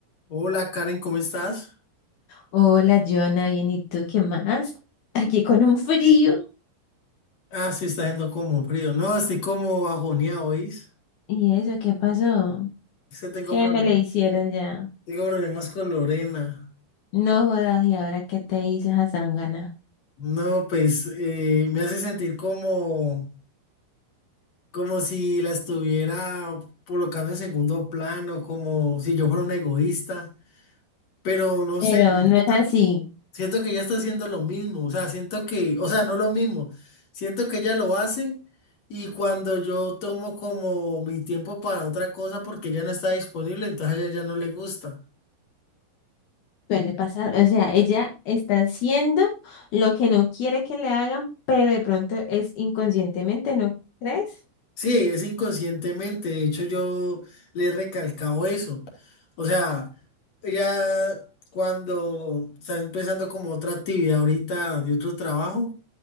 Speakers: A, on the left; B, on the left.
A: Hola Karen, ¿cómo estás?
B: Hola, Jonah, bien, ¿y tú qué más? Aquí con un frío.
A: Ah, sí, está yendo como frío. No, estoy como bajoneado, ¿oís?
B: ¿Y eso qué pasó?
A: Es que tengo
B: ¿Qué
A: problemas,
B: me le hicieron ya?
A: tengo problemas con Lorena.
B: No jodas, ¿y ahora qué te hizo esa zángana?
A: No, pues eh, me hace sentir como, como si la estuviera colocando en segundo plano, como si yo fuera un egoísta. Pero no
B: Pero
A: sé,
B: no
A: siento
B: es así,
A: Siento que ella está haciendo lo mismo, o sea, siento que, o sea, no lo mismo, siento que ella lo hace y cuando yo tomo como mi tiempo para otra cosa porque ella no está disponible, entonces a ella ya no le gusta.
B: suele pasar. O sea, ella está haciendo lo que no quiere que le hagan, pero de pronto es inconscientemente, ¿no crees?
A: Sí, es inconscientemente, de hecho yo le he recalcado eso. O sea, ella cuando está empezando como otra actividad ahorita de otro trabajo.